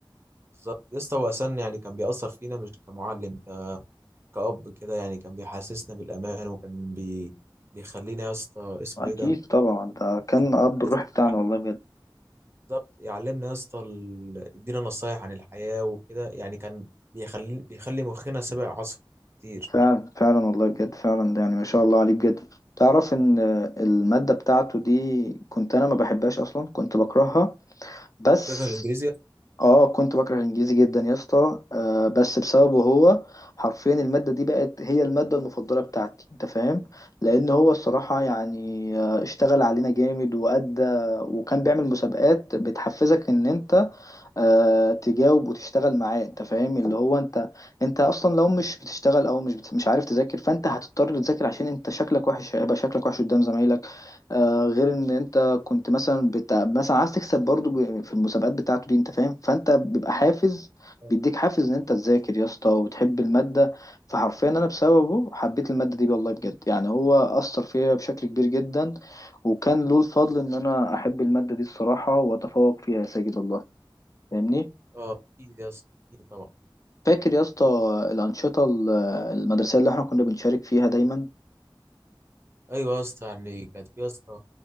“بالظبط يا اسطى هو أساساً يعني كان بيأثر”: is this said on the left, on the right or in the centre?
Right